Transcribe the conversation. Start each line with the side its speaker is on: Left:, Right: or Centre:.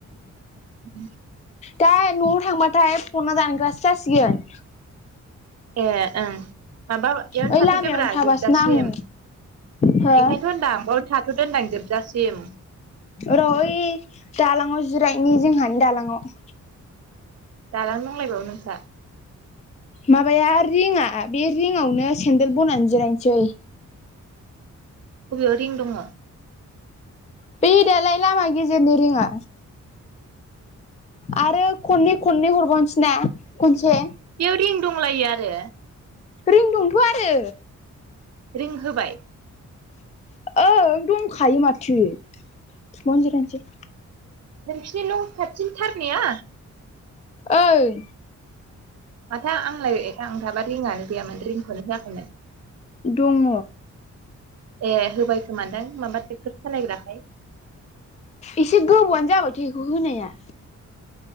Right: <inaudible>
Left: दा न'आव थांबाथाय फना दानग्रासो जासिगोन
Right: ए ओं माबा एयावनो
Left: ओइ
Right: थाथ'दोब्रा
Left: लामायावनो थाबासोना
Right: जोबजासिम
Left: आङो
Right: बेखायनोथ'
Left: हो
Right: होनदां बाव था दोनदां जोबजासिम
Left: र' ओइ दालाङाव जिरायनि जोंहानि दालाङाव
Right: दालां नांलायबावो नोंस्रा
Left: माबाया रिंआ बे रिंआवनो सेन्देल बनानै जिरायनोसै
Right: बबेयाव रिं दङ'
Left: बे दालाय लामा गेजेरनो रिङा आरो खननै खननै हरबावनोसै ना खनसे
Right: बेयाव रिं दंलायो आरो
Left: रिं दंथ' आरो
Right: रिं होबाय
Left: ओं दंखायो माथो बेयावनो जिरायसै
Right: नोंसिनि न' खाथि थारनिया
Left: ओं
Right: माथो आंलाय ए आंथाबा रिंआनो गैयामोन रिंखौनो होआखैमोन
Left: दङ'
Right: ए होबायखोमादों माबा ट्रेक्टर सालायग्राखाय
Left: एसे गोबौआनो जाबायथ' बेखौ होनाया